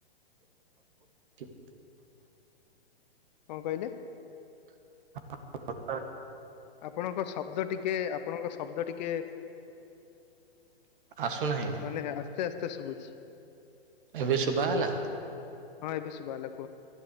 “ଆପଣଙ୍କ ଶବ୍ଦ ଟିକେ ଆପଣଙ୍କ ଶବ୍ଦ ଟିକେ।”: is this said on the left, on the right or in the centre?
Left